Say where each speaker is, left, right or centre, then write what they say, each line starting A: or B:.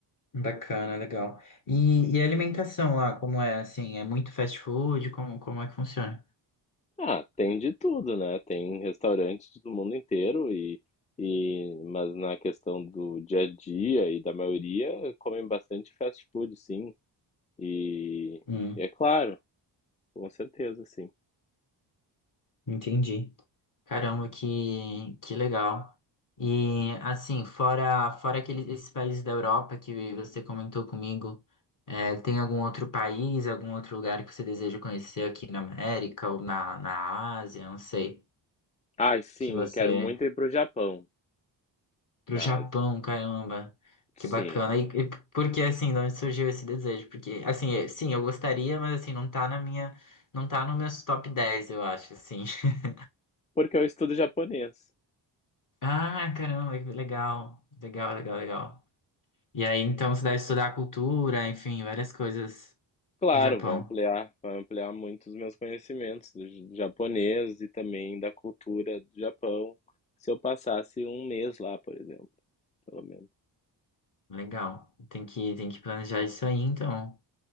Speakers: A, on the left; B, on the left.
A: Bacana, legal. E, e a alimentação lá, como é assim? É muito fast food? Como, como é que funciona?
B: Ah, tem de tudo, né? Tem restaurantes do mundo inteiro e, e mas na questão do dia a dia e da maioria comem bastante fast food, sim. E,
A: Hum,
B: e é claro, com certeza, sim.
A: entendi. Caramba, que, que legal. E assim, fora, fora aqueles, esses países da Europa que você comentou comigo, é, tem algum outro país, algum outro lugar que você deseja conhecer aqui na América ou na, na Ásia, não sei,
B: Ai, sim,
A: que você
B: quero muito ir pro Japão,
A: Pro
B: na
A: Japão,
B: Ásia.
A: caramba. Que
B: Sim.
A: bacana. E, e por que assim, de onde surgiu esse desejo? Porque assim, é- sim, eu gostaria, mas assim, não tá na minha, não tá no meus top 10, eu acho, assim. <laughs>
B: Porque eu estudo japonês.
A: Ah, caramba, que legal. Legal, legal, legal. E aí, então, você deve estudar a cultura, enfim, várias coisas
B: Claro,
A: do Japão.
B: vai ampliar, vai ampliar muito os meus conhecimentos do j- japonês e também da cultura do Japão, se eu passasse um mês lá, por exemplo, pelo menos.
A: Legal. Tem que, tem que planejar isso aí, então.